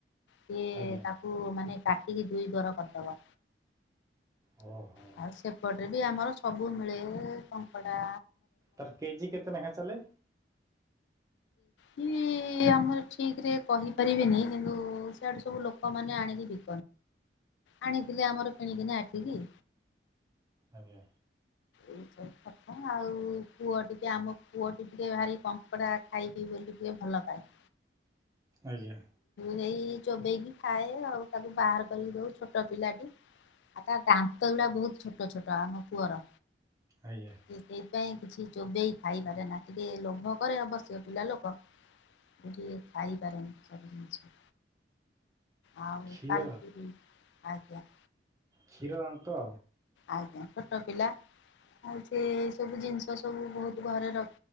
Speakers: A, on the left; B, on the right.
A: ସେଏ
B: ଆଜ୍ଞା
A: ତାକୁ ମାନେ କାଟିକି ଦୁଇ ଗର କରିଦବା।
B: ଓହୋ
A: ଆଉ ସେପଟରେ ବି ଆମର ସବୁ ମିଳେ କଙ୍କଡା
B: ତାର କେଜି କେତେ ଟେଙ୍କା ଚାଲେ
A: କେ ଆମର ଠିକ ରେ କହିପାରିବେନି କିନ୍ତୁ ସେଆଡୁ ସବୁ ଲୋକମାନୋନ ଆଣିକି ଆଣିଥିଲି ଆମର କିଣିକନା ଆଖିକି
B: ଆଜ୍ଞା।
A: ଏଇ ସବ କଥା ଆଉ ପୁଅ ଟିକେ ଆମ ପୁଅ ଟିକେ ଭାରି କଙ୍କଡା ଖାଇବି ବୋଲି ଟିକିଏ ଭଲପାଏ।
B: ଆଜ୍ଞା!
A: ନେ଼ଇ ଚୋବେଇକି ଖାଏ ଆଉ ତାକୁ ବାହାର କରିକି ଦଉ ଛୋଟ ପିଲାଟି ଆଉ ତା ଦାନ୍ତଗୁଡା ବହୁତ ଛୋଟ ଛୋଟ ଆମ ପୁଅର।
B: ଆଜ୍ଞା!
A: ସେଇଥିପାଇଁ କିଛି ଚୋବେଇ ଖାଇପାରେ ନା, ଟିକିଏ ଲୋଭ କରେ ଅବଶ୍ୟ ପିଲା ଲୋକ ଟିକିଏ ଖାଇପାରେନା ସବୁ ଜିନିଷ। ଆଉ
B: କ୍ଷୀର
A: ଚାଲିିଚି ଆଜ୍ଞା!
B: କ୍ଷୀର ଦାମ ତ?
A: ଆଜ୍ଞା! ଛୋଟ ପିଲା ଆଉ ସେ ସବୁ ଜିନିଷ ସବୁ ବହୁତ ଘରେ ର